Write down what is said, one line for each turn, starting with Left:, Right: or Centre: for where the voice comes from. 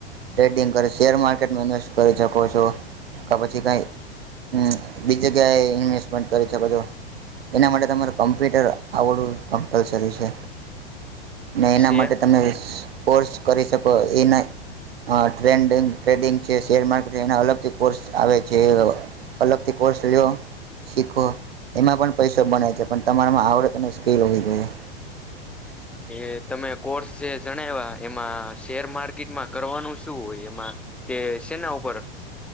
Right: ટ્રેડિંગ કરી શેર માર્કેટ માર્કેટમાં ઇન્વેસ્ટ કરી શકો છો કે પછી કાંઈ હમ બી જગ્યાએ ઇન્વેસ્ટમેન્ટ કરી છેકો એના માટે તમારે કમ્પ્યુટર આવડું કમ્પલસરી છે ને એના
Centre: શેર
Right: માટે તમે કોર્સ કરી શકો એ ન હ ટ્રેડ ટ્રેડિંગ છે શેર માર્કેટ એના અલગથી કોર્સ આવે છે અલગથી કોર્સ લ્યો શીખો એમાં પણ પૈસો બને છે પણ તમારામાં આવડત અને સ્કીલ હોવી જોઈએ હ
Centre: એ તમે કોર્સ જે જણાવ્યા એમાં શેર માર્કેટમાં કરવાનું શું હોય એમાં કે સેના ઉપર